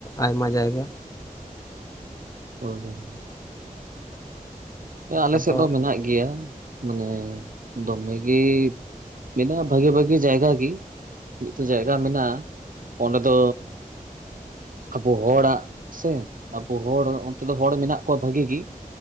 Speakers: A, on the left (about 25°); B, on the right (about 65°).
A: ᱟᱭᱢᱟ ᱡᱟᱭᱜᱟ᱾
B: ᱦᱳᱭ ᱦᱳᱭ ᱟᱞᱮ
A: ᱟᱫᱚ
B: ᱥᱮᱫ ᱫᱚ ᱢᱮᱱᱟᱜ ᱜᱮᱭᱟ᱾ ᱢᱟᱱᱮ ᱫᱚᱢᱮ ᱜᱮ ᱢᱮᱱᱟᱜ-ᱟ ᱵᱷᱟᱹᱜᱤ ᱵᱷᱟᱹᱜᱤ ᱡᱟᱭᱜᱟ ᱜᱤ᱾ ᱢᱤᱫᱴᱮᱱ ᱡᱟᱭᱜᱟ ᱢᱮᱱᱟᱜᱼᱟ᱾ ᱚᱸᱰᱮ ᱫᱚ ᱟᱵᱚ ᱦᱚᱲᱟᱜ ᱥᱮ ᱟᱵᱚ ᱦᱚᱲ ᱚᱱᱛᱮ ᱫᱚ ᱦᱚᱲ ᱢᱮᱱᱟᱜ ᱠᱚᱣᱟ ᱵᱷᱟᱹᱜᱤ ᱜᱤ᱾